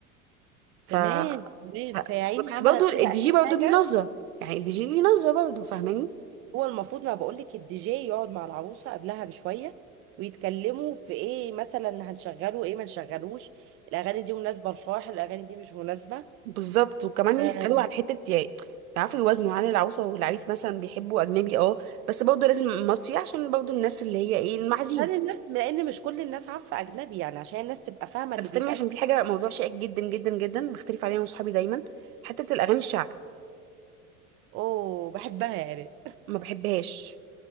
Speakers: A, on the right; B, on the right.
A: ف
B: تمام
A: ف-
B: تمام فيا عيني
A: بس
B: عملت
A: برضه
B: كده
A: الدي
B: اي
A: جي برضه
B: حاجه
A: ليه نظره يعني الدي جي ليه نظره برضه فاهماني
B: هو المفروض ما بقول لك الدي جي يقعد مع العروسه قبلها بشويه ويتكلموا في ايه مثلا هنشغله ايه ما نشغلوش الاغاني دي مناسبه للفرح الاغاني دي مش مناسبه
A: بالظبط وكمان
B: آه،
A: يسألوا على حتة يعني يعرفوا يوازنوا عن العروسة والعريس مثلا بيحبوا أجنبي اه بس برضه لازم مصري عشان برضه الناس اللي هي ايه المعازيم
B: هل الناس لان مش كل الناس عارفه اجنبي يعني عشان الناس تبقى فاهمه اللي
A: طب استني
B: بيتقال
A: عشان
B: في-
A: في حاجة موضوع شائك جدا جدا جدا بختلف عليها أنا وصحابي دايما حتة الأغاني الشعبي
B: اوه بحبها يعني
A: ما بحبهاش